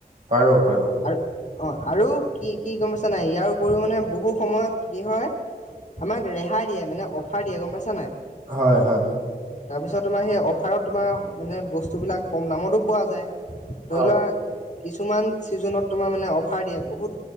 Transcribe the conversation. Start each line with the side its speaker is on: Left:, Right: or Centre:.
Right: পাৰো পাৰো
Left: আৰু অ আৰু কি কি গম পাইছা নাই ইয়াৰ উপৰিও মানে বহু সময়ত কি হয় আমাক ৰেহাই দিয়ে মানে অফাৰ দিয়ে গম পাইছ নাই
Right: হয় হয়
Left: তাৰপিছত তোমাৰ সেই অফাৰত তোমাৰ মানে বস্তুবিলাক কম দামতো পোৱা যায় ধৰি
Right: হয়
Left: লোৱাক কিছুমান ছিজনত তোমাৰ মানে অফাৰ দিয়ে বহুত